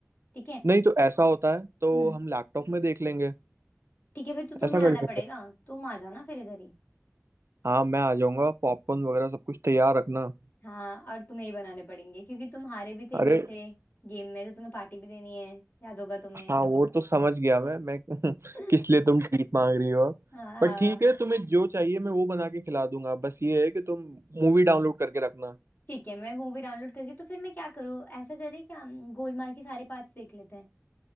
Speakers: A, on the left; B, on the right.
A: ठीक है
B: नहीं तो ऐसा होता है तो
A: हम्म
B: हम लैपटॉप में देख लेंगे
A: ठीक है फिर तो तुम्हें
B: ऐसा कर
A: आना
B: लेंगे
A: पड़ेगा तुम आ जाना फिर इधर ही
B: हाँ मैं आ जाऊंगा पॉपकॉर्न वगैरह सब कुछ तैयार रखना
A: हाँ और तुम्हें ही बनाने पड़ेंगे क्योंकि तुम हारे भी थे
B: अरे
A: मेरे से गेम में तो तुम्हें पार्टी भी देनी है याद होगा तुम्हें
B: हाँ वो तो समझ गया मैं मैं <laughs>
A: <laughs>
B: किस लिए तुम ट्रीट मांग रही हो अब
A: हाँ
B: बट ठीक है तुम्हें जो चाहिए मैं वो बना के खिला दूंगा बस ये है कि तुम मूवी डाउनलोड करके रखना
A: ठीक है मैं मूवी डाउनलोड करके तो फिर मैं क्या करूँ ऐसा करें क्या हम गोलमाल के सारे पार्ट्स देख लेते हैं